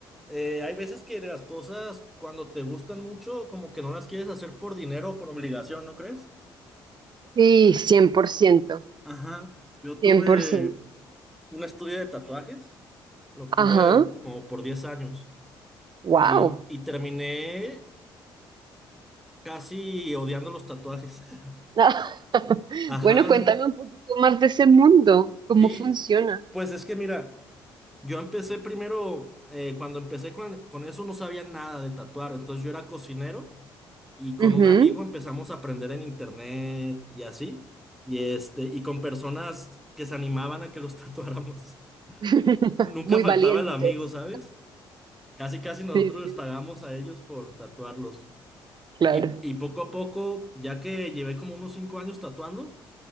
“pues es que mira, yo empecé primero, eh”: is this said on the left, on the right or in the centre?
Centre